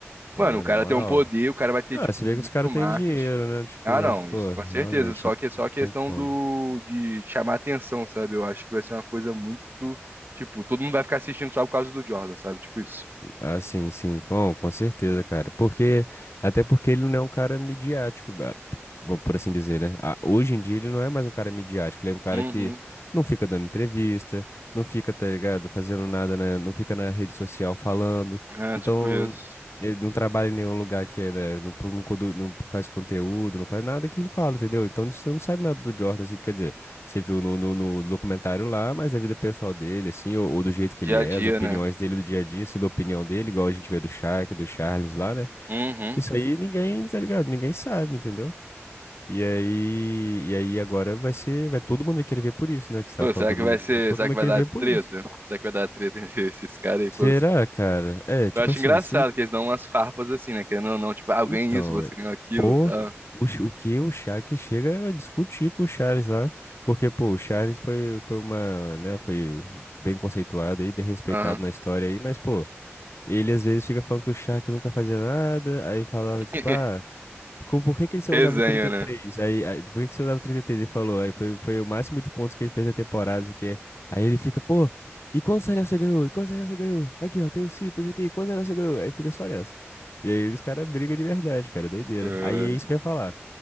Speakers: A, on the left (about 65°); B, on the right (about 50°).
A: Pô,
B: Mano, o cara
A: na moral.
B: tem um poder, o cara vai ter,
A: Ah,
B: tipo,
A: se
B: muito
A: vê que os caras têm
B: marketing,
A: dinheiro, né? Tipo,
B: Ah,
A: mas,
B: não,
A: pô,
B: isso com
A: realmente,
B: certeza. Só
A: não
B: que é só a questão
A: tem como.
B: do de chamar atenção, sabe? Eu acho que vai ser uma coisa muito, tipo, todo mundo vai ficar assistindo só por causa do Jordan, sabe? Tipo isso.
A: Ah, sim, sim, com, com certeza, cara. Porque, até porque ele não é um cara midiático, ba- vamos por assim dizer, né? Ah, Hoje em dia ele não é mais um cara midiático, ele é um cara
B: Uhum.
A: que não fica dando entrevista, não fica, tá ligado, fazendo nada, né? Não fica na rede social falando.
B: É,
A: Então,
B: tipo isso.
A: ele não trabalha em nenhum lugar que ele é, né? não, pro- não, codu- não faz conteúdo, não faz nada que ele fala, entendeu? Então, você não sabe nada do Jordan, assim, quer dizer. Você viu no, no, no documentário lá, mas a vida pessoal dele, assim, ou, ou do jeito que
B: Dia
A: ele é,
B: a dia,
A: as opiniões
B: né?
A: dele do dia a dia, assim, da opinião dele, igual a gente vê do Shaq, do Charles lá, né?
B: Uhum.
A: Isso aí ninguém, tá ligado? Ninguém sabe, entendeu? E aí, e aí agora vai ser, vai todo mundo vai querer ver por isso, né? Que você
B: Pô,
A: tava falando,
B: será
A: todo
B: que vai
A: mundo vai
B: ser,
A: querer, todo
B: será
A: mundo
B: que
A: vai
B: vai
A: querer
B: dar
A: ver
B: treta?
A: por isso.
B: Será que vai dar treta entre esses caras aí,
A: Será,
B: pô?
A: cara? É, tipo
B: Eu acho
A: assim,
B: engraçado
A: se
B: que eles dão umas farpas assim, né? Querendo ou não, tipo, ah, eu
A: Então,
B: ganhei isso, você
A: eh,
B: ganhou aquilo,
A: pô,
B: tá?
A: o, Ch- o que o Shaq chega a discutir com o Charles lá, porque, pô, o Charles foi, foi uma, né, foi bem conceituado aí, bem respeitado
B: Aham.
A: na história aí, mas, pô, ele às vezes fica falando que o Shaq nunca fazia nada, aí falava,
B: <laughs>
A: tipo, ah, Co- Por que que ele só
B: Resenha,
A: usava o 33?
B: né?
A: Aí, aí, por que que você usava o 33? Ele falou, aí foi, foi o máximo de pontos que ele fez na temporada, assim, que aí ele fica, pô, e quantos anéis você ganhou? E quantos anéis você ganhou? Aqui, ó, tem os cinco, isso aqui, quantos anéis você ganhou? Aí fica só nessa. E aí os caras brigam de verdade, cara, é doideira.
B: Caralho.
A: Aí é isso que eu ia falar.